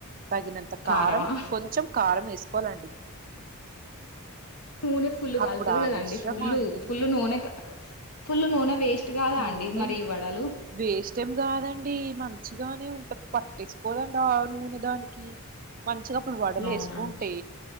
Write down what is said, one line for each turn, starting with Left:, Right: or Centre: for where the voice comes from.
Right: తగినంత
Left: కారమా
Right: కారం కొంచెం కారం వేసుకోవాలండి
Left: నూనె ఫుల్లు
Right: అప్పుడు
Left: కల్తాది
Right: ఆ
Left: కదండి
Right: మిశ్రమాన్ని
Left: ఫుల్ ఫుల్లు నూనె ఫుల్ నూనె వేస్ట్ కాదా
Right: నూనేం
Left: అండి మరి ఈ వడలు
Right: వేస్ట్ ఏం కాదండి మం మంచిగానే ఉంటది పట్టేసుకోదటా ఆ నూనె దానికి మంచిగా అప్పుడు వడలు
Left: అవునండి
Right: వేసుకుంటే